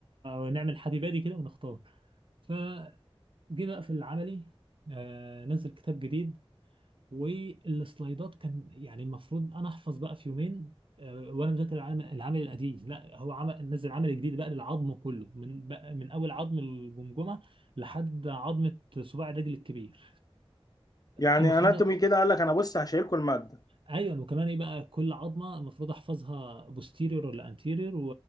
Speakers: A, on the right; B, on the left.
A: ونعمل حبيبادي كده ونختار فجه بقى في العملي آه، نزل كتاب جديد والسلايدات كان يعني المفروض انا احفظ بقى في يومين آه، وانا مذاكر العمل العمل القديم لا هو عمل نزل عمل جديد بقى للعظم كله من بقى من اول عظم الجمجمه لحد عظمه صباع الرجل الكبير
B: يعني
A: المفروض
B: اناتومي كده قال لك انا بص هشيلكوا الماده
A: ايوه وكمان ايه بقى كل عظمه المفروض احفظها بوستيريور ولا انتيريور